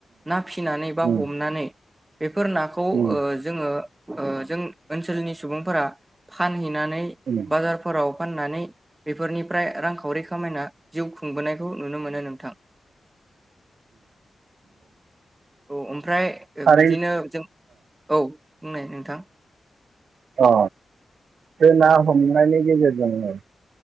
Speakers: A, on the right; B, on the right.
A: ना फिनानै
B: ओम
A: बा हमनानै बेफोर नाखौ
B: ओम
A: जोङो ओ जों ओनसोलनि सुबुंफोरा फान फानहैनानै
B: ओम ओम
A: बाजारफोराव फाननानै बेफोरनिफ्राय रांखावरि खामायना जिउ खुंबोनायखौ नुनो मोनो नोंथां औ ओमफ्राय ओ
B: आरो
A: बिदिनो औ बुंनाय नोंथां
B: अ बे ना हमनायनि गेजेरजोंनो